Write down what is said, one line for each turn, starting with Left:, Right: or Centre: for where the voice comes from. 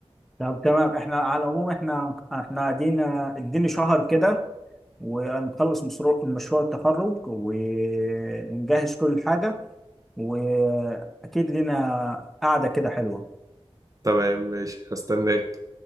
Centre: طب تمام احنا على العموم احنا احنا قاعدين اديني شهر كده ونخلص مشروع مشروع التخرج ونجهز كل حاجة واكيد لنا قعده كده حلوه
Right: تمام ماشي هستناك